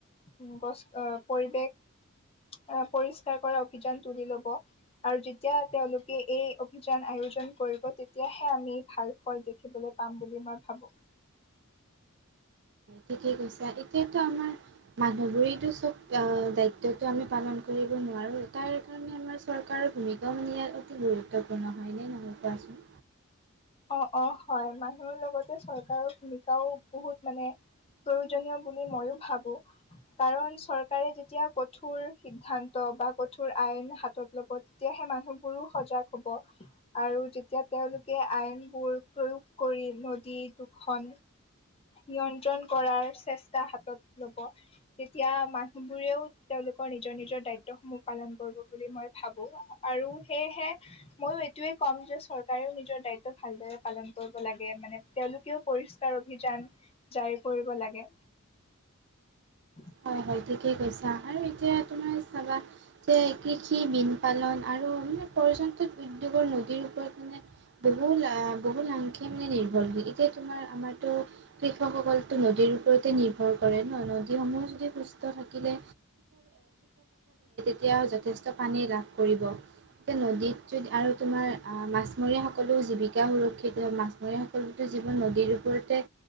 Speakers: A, on the left; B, on the right.
A: <unintelligible> গছ পৰিৱেশ আহ পৰিস্কাৰ কৰা অভিযান তুলি লব আৰু যেতিয়া তেওঁলোকে এই অভিযান আয়োজন কৰিব তেতিয়াহে আমি ভাল ফল দেখিবলৈ পাম বুলি মই ভাবো <inaudible>
B: ঠিকেই কৈছে এতিয়াতো আমাৰ মানুহ বোৰেইটো চব দায়িত্বটো আমি পালন কৰিব নোৱাৰোঁ তাৰ কাৰণে আমাৰ চৰকাৰৰ ভূমিকাও নিয়াত অতি গুৰুত্বপূৰ্ণ হয়নে নহয় কোৱাচোন
A: অ অ হয় মানুহৰ লগতে চৰকাৰৰ ভূমিকাও বহুত মানে প্ৰয়োজনীয় বুলি মইও ভাবো কাৰণ চৰকাৰে যেতিয়া কঠোৰ সিদ্ধান্ত কঠোৰ আইন হাতত লব তেতিয়াহে মানুহবোৰ সজাগ হব আৰু যেতিয়া তেওঁলোকে আইনবোৰ প্ৰয়োগ কৰি নদী দুখন নিয়ন্ত্ৰণ কৰাৰ চেষ্টা হাতত লব তেতিয়া মানুহবোৰেও তেওঁলোক <unintelligible> োক নিজৰ নিজৰ দায়িত্বসমূহ পালন কৰিব বুলি মই ভাবো আৰু সেয়েহে ময়ো এইটোয়ে <unintelligible> কম যে চৰকাৰেও নিজৰ দায়িত্ব ভালদৰে পালন কৰিব লাগে মানে তেওঁলোকেও পৰিষ্কাৰ অভিযান জাৰি কৰিব লাগে <inaudible>
B: হয় হয় ঠিকেই কৈছা আৰু এতিয়া তোমাৰ চাবা যে কৃষি বীন পালন আৰু <unintelligible> মানে পৰ্যন্তত উদ্যোৰ নদীৰ ওপৰত মানে বহু লাভ বহু লাংখেম নে নিৰ্ভৰশীল <unintelligible> যে তোমাৰ আমাৰতো কৃষকসকলতো নদীৰ ওপৰতে নিৰ্ভৰ কৰে ন নদীসমূহ যদি সুস্থ থাকিলে এতিয়া যথেষ্ট পানী লাভ কৰিব এতিয়া নদীত যদি আৰু তোমাৰ মাছমৰীয়াসকলো জীৱিকা সুৰক্ষিত মাছৰ সকলোতো জীৱন নদীৰ ওপৰতে